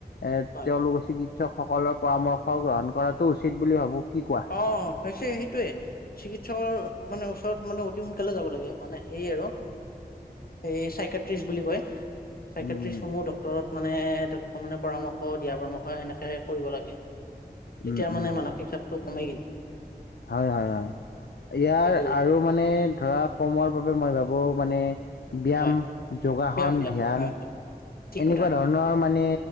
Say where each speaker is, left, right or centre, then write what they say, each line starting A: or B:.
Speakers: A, on the left; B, on the left.
A: এ
B: হয়
A: তেওঁলোকৰ চিকিৎসকসকলৰ পৰামৰ্শ গ্ৰহণ কৰাটো উচিত বুলি ভাবো কি কোৱা
B: অ', হৈছে সেইটোয়ে চিকিৎসকৰ মানে ওচৰত মানে অতি সোনকালে যাব লাগে মানে সেই আৰু এই চাইকেত্ৰিশ বুলি কয় চাইকেট্ৰিছসমূহ
A: উম
B: ডক্টৰত মানে তেওঁলোকৰ মানে পৰামৰ্শ দিয়া পৰামৰ্শ সেনেকে কৰিব লাগে
A: উম
B: তেতিয়া
A: উম
B: মানে মানসিক চাপটো কমেগে
A: হয় হয় হয় ইয়াৰ
B: সেইটোয়ে
A: আৰু মানে ধৰা কমোৱাৰ বাবে মই ভাবো মানে ব্যায়াম,
B: হয়
A: যোগাসন,
B: ব্যায়াম ব্যায়াম
A: ধ্যান
B: হয় হয় ঠিক
A: এনেকুৱা
B: কথা
A: ধৰণ নহয় মানে